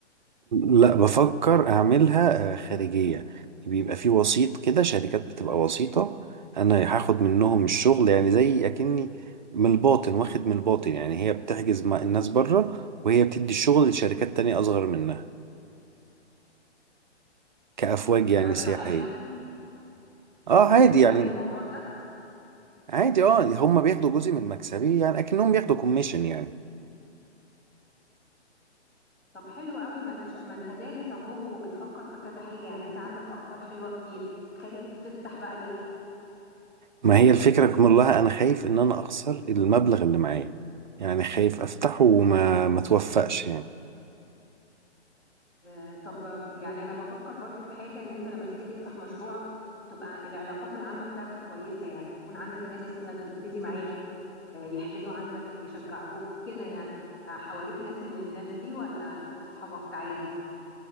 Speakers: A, on the right; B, on the left.
A: لا بفكر اعملها آه، خارجية بيبقى في وسيط كده شركات بتبقى وسيطة انا هاخد منهم الشغل يعني زي اكني من الباطن واخد من الباطن يعني هي بتحجز مع الناس بره وهي بتدي الشغل لشركات تانية اصغر منها كأفواج
B: طب وده
A: يعني سياحية
B: صح يعني بيكسب
A: اه عادي يعني
B: يعني الموضوع ده
A: عادي اه هم بياخدوا جزء من مكسبي يعني اكنهم بياخدوا كوميشن يعني
B: طب حلو قوي ما انت ش... ما انت دارس اهو وبتفكر في كذا حاجة يعني انت عندك افكار حلوة كتير خايف تفتح بقى ليه
A: ما هي الفكرة كلها انا خايف ان انا اخسر المبلغ اللي معايا يعني خايف افتحه وما ما توفقش يعني
B: آه، طب ف- يعني انا بفكر برضو في حاجة ان انت لما تيجي تفتح مشروعك تبقى العلاقات العامة بتاعتك كويسة يعني يكون عندك ناس مثلا تبتدي معاك آه، يحجزوا عندك يشجعوك كده يعني آه، حواليك ناس من الناس دي ولا كل اصحابك عادي